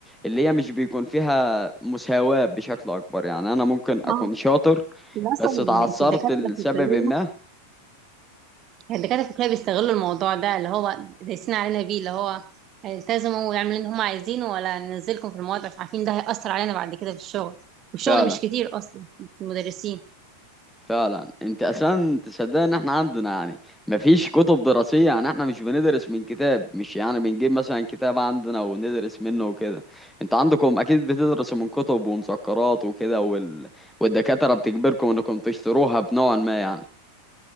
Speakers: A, in the centre; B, on the right.
A: اللي هي مش بيكون فيها مساواة بشكل أكبر يعني أنا ممكن أكون
B: اه
A: شاطر
B: ده اصلا
A: بس اتعثرت
B: في الدكاتره
A: لسبب
B: في الكليه
A: ما
B: الدكاترة الفكرية بيستغلوا الموضوع ده اللي هو دايسين علينا بيه اللي هو التزموا ويعملوا اللي هم عايزينه ولا ننزلكم في المواد عشان عارفين ده هيأثر علينا بعد كده في الشغل والشغل
A: فعلا
B: مش كتير أصلا في المدرسين
A: فعلا انت اصلا تصدق ان احنا عندنا يعني مفيش كتب دراسية يعني احنا مش بندرس من كتاب مش يعني بنجيب مثلا كتاب عندنا وندرس منه وكده انت عندكم اكيد بتدرسوا من كتب ومذكرات وكده وال... والدكاترة بتجبركم انكم تشتروها بنوع ما يعني